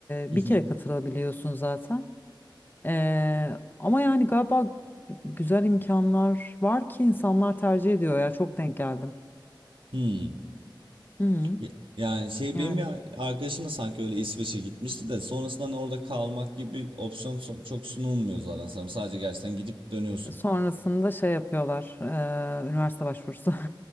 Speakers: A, on the right; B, on the left.
A: <laughs>
B: e, bir kere katılabiliyorsun zaten. E, ama yani galiba güzel imkanlar var ki insanlar tercih ediyor ya çok denk geldim.
A: Hmm.
B: Hı hı.
A: Ya- Yani şey
B: Yani
A: benim bir arkadaşım da sanki öyle İsveç'e gitmişti de sonrasında hani orada kalmak gibi bir opsiyon so- çok sunulmuyor zaten. Sen sadece gerçekten gidip dönüyorsun.
B: sonrasında şey yapıyorlar e, üniversite başvurusu. <laughs>